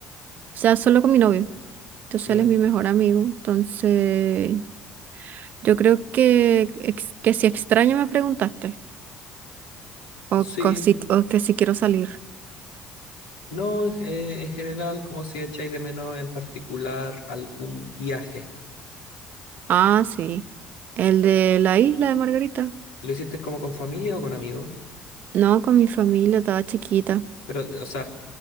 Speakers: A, on the right (about 60°); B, on the left (about 85°).
A: O sea, solo con mi novio. Entonces
B: Ya.
A: él es mi mejor amigo. Entonces, yo creo que, ex- que si extraño me preguntaste. O,
B: Sí.
A: co- si- o que si quiero salir.
B: No, en ge- en general, como si echáis de menos en particular algún viaje.
A: Ah, sí. El de la isla de Margarita.
B: ¿Lo hiciste como con familia o con amigos?
A: No, con mi familia, estaba chiquita.
B: Pero, o sea,